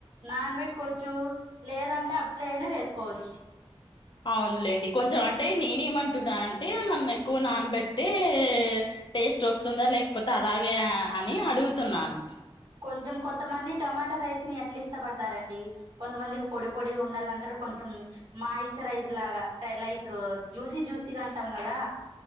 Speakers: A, on the right; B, on the left.
A: నాన్ వెట్ కొచు లేదంటే అట్లనే వేస్తా కోచ్
B: అవునులేండి కొంచెం అంటే నేనేమంటున్నాన్ టే ఆన్ మనం ఎక్కువ నానబెడితే టేస్ట్ వస్తుందా లేకపోతే అలాగే అని అడుగుతున్నాను
A: కొంచెం కొంతమంది టమాటా రైస్ ని ఎట్లా ఇష్టపడతారండి కొంతమందికి పొడి పొడిగా ఉండాలంటారు కొంచెం మాయిచ రైజ్ లాగా తైలై కో జ్యూసీ జ్యూసీగా అంటాం గదా